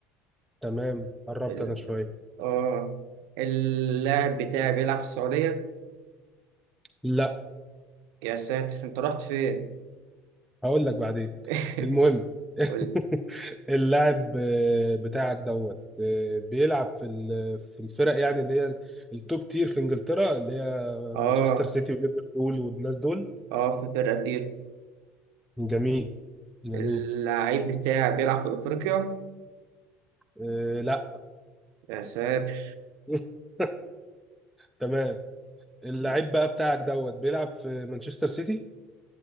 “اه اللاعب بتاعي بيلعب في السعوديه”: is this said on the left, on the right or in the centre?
Right